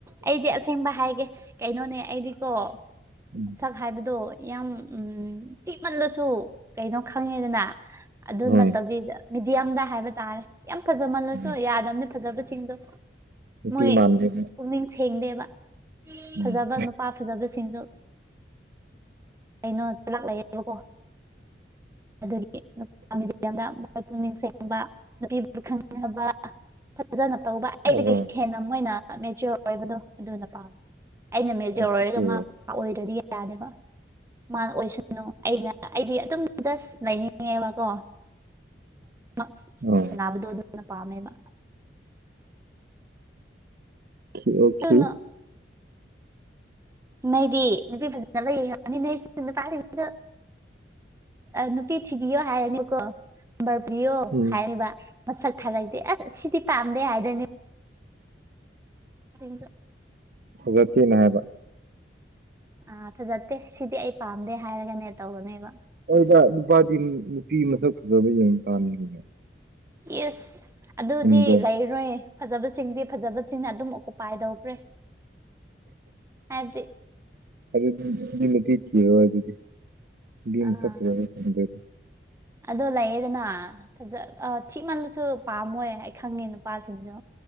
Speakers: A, on the right (about 15°); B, on the right (about 55°).
A: ꯑꯩꯗꯤ ꯑꯁꯦꯡꯕ ꯍꯥꯏꯒꯦ ꯀꯩꯅꯣꯅꯦ ꯑꯩꯗꯤꯀꯣ
B: ꯎꯝ
A: ꯁꯛ ꯍꯥꯏꯕꯗꯣ ꯌꯥꯝ ꯊꯤꯛꯃꯜꯂꯁꯨ ꯀꯩꯅꯣ ꯈꯪꯉꯦꯗꯅ ꯑꯗꯨ
B: ꯍꯣꯏ
A: ꯅꯠꯇꯕꯤꯗ ꯃꯤꯗꯤꯌꯝꯗ ꯍꯥꯏꯕ ꯇꯥꯔꯦ ꯌꯥꯝ ꯐꯖꯃꯜꯂꯁꯨ
B: ꯎꯝ
A: ꯌꯥꯗꯕꯅꯤ ꯐꯖꯕꯁꯤꯡꯗꯣ
B: ꯅꯨꯄꯤ
A: ꯃꯣꯏ
B: ꯃꯥꯟꯗꯦꯕ
A: ꯄꯨꯛꯅꯤꯡ ꯁꯦꯡꯗꯦꯕ
B: ꯎꯝ
A: ꯐꯖꯕ ꯅꯨꯄꯥ ꯐꯖꯕꯁꯤꯡꯁꯨ ꯀꯩꯅꯣ ꯆꯂꯥꯛꯂꯦꯕꯀꯣ ꯑꯗꯨꯒꯤ ꯅꯨ ꯌꯥꯝ <unintelligible> ꯈꯣꯏ ꯄꯨꯛꯅꯤꯡ ꯁꯦꯡꯕ ꯅꯨꯄꯤꯕꯨ ꯈꯪꯅꯕ ꯐꯖꯅ ꯇꯧꯕ ꯑꯩꯗꯒꯤ
B: ꯑꯍꯣꯏ
A: <unintelligible> ꯍꯦꯟꯅ ꯃꯣꯏꯅ ꯃꯦꯆꯌꯣꯔ ꯑꯣꯏꯕꯗꯣ ꯑꯗꯨꯅ ꯄꯥꯝꯃꯦ ꯑꯩꯅ ꯃꯦꯆꯌꯣꯔ
B: ꯑꯣꯀꯦ
A: ꯑꯣꯏꯔꯒ ꯃꯥꯄꯥ ꯑꯣꯏꯗ꯭ꯔꯗꯤ ꯌꯥꯅꯦꯕ ꯃꯥꯅ ꯑꯣꯏꯁꯅꯨ ꯑꯩꯅ ꯑꯩꯗꯤ ꯑꯗꯨꯝ ꯖꯁ ꯂꯩꯅꯤꯡꯉꯦꯕꯀꯣ <inaudible>
B: ꯎꯝ
A: ꯅꯥꯕꯗꯣꯅ ꯗꯨꯅ ꯄꯥꯃꯦꯕ
B: ꯑꯣꯀꯦ ꯑꯣꯀꯦ
A: ꯑꯗꯨꯅ ꯅꯩꯗꯤ ꯅꯨꯄꯤ ꯐꯖꯅ ꯌꯦꯡꯉꯅꯤ ꯅꯨꯄꯥ ꯁꯤꯡ ꯇꯥ <unintelligible> ꯅꯨꯄꯤ ꯊꯤꯕꯤꯌꯣ ꯍꯥꯏꯔꯅꯤ ꯀꯣ ꯕꯔꯄꯤꯌꯣ
B: ꯎꯝ
A: ꯍꯥꯏꯔꯤꯕ ꯃꯁꯛ ꯊꯥꯔꯛꯇꯦ ꯑꯁ ꯁꯤꯗꯤ ꯄꯥꯝꯗꯦ ꯍꯥꯏꯗꯣꯏꯅꯦ ꯍ <unintelligible>
B: ꯐꯠꯖꯇꯦꯅ ꯍꯥꯏꯕ
A: ꯑ ꯐꯖꯠꯇꯦ ꯁꯤꯗꯤ ꯑꯩ ꯄꯥꯝꯗꯦ ꯍꯥꯏꯔꯒꯅꯦ ꯇꯧꯔꯅꯦꯕ
B: ꯑꯩꯗ ꯅꯨꯄꯥꯗꯤ ꯅꯨꯄꯤ ꯃꯁꯛ ꯐꯖꯕ ꯌꯦꯡꯕ ꯄꯥꯝꯃꯤꯅ
A: ꯏꯁ ꯑꯗꯨꯗꯤ
B: ꯆꯨꯝꯗ꯭ꯔꯣ
A: ꯂꯩꯏ ꯔꯣꯏ ꯐꯖꯕꯁꯤꯡꯗꯤ ꯐꯖꯕꯁꯤꯡꯅ ꯑꯗꯨꯝ ꯑꯣꯀꯨꯄꯥꯏ ꯇꯧꯈ꯭ꯔꯦ ꯍꯥꯏꯕꯗꯤ
B: ꯑꯗꯨꯗꯤꯈꯤ ꯑꯗꯨ ꯑꯗꯨꯗꯤ <unintelligible>
A: ꯑꯥ
B: ꯝ ꯁꯖ ꯀꯗꯦ <unintelligible>
A: ꯑꯗꯣ ꯂꯩꯌꯦꯗꯅꯥ ꯐꯖ ꯑ ꯊꯤ ꯃꯟꯕꯁꯨ ꯄꯥꯝꯃꯣꯏ ꯑꯩ ꯈꯪꯉꯦ ꯅꯨꯄꯥꯁꯤꯡꯁꯨ